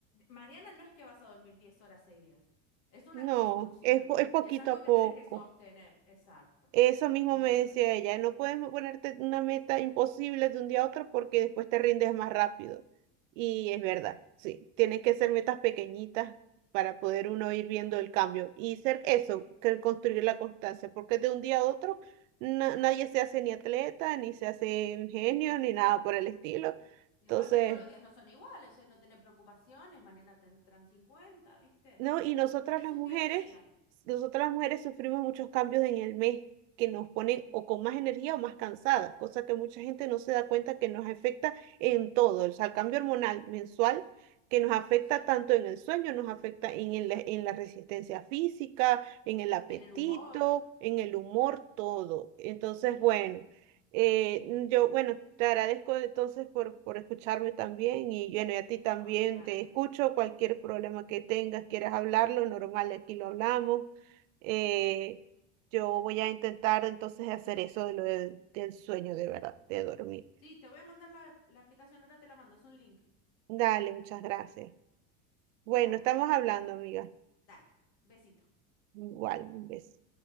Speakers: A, on the left (about 55°); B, on the right (about 75°).
A: mañana no es que vas a dormir 10 horas seguidas, es una
B: No,
A: construcción,
B: es, po- es poquito
A: y es algo
B: a
A: que
B: poco.
A: tenés que sostener, exacto.
B: Eso mismo
A: Entonces,
B: me decía ella, no puedes ponerte una meta imposible de un día a otro porque después te rindes más rápido. Y es verdad, sí, tienen que ser metas pequeñitas para poder uno ir viendo el cambio y ser eso, que construir la constancia, porque de un día a otro
A: ¿sí?
B: na- nadie se hace ni atleta, ni se hace ingenio, ni nada por el estilo.
A: ¿No? Y
B: Entonces,
A: aparte todos los días no son iguales, hoy no tenés preocupaciones, mañana te entran cincuenta ¿viste?
B: ¿no? Y nosotras
A: Es
B: las
A: un
B: mujeres,
A: día a día,
B: nosotras las mujeres sufrimos muchos cambios en el mes que nos ponen o con más energía o más cansadas, cosa que mucha gente no se da cuenta que nos afecta en todo, o sea, el cambio hormonal mensual que nos afecta
A: sí.
B: tanto en el sueño, nos afecta en, el- en la resistencia física, en el apetito,
A: En el humor,
B: en el humor, todo. Entonces,
A: sí.
B: bueno. Eh, yo, bueno, te agradezco entonces por, por escucharme también y bueno, y a ti también
A: No, de nada.
B: te escucho. Cualquier problema que tengas, quieras hablarlo, normal, aquí lo hablamos. Eh, yo voy a intentar entonces hacer eso de lo del del sueño de verdad, de dormir.
A: Sí, te voy a mandar la, la aplicación, ahora te la mando, es un link.
B: Dale, muchas gracias. Bueno,
A: Dale,
B: estamos hablando, amiga.
A: dale. Besito.
B: Igual, un beso.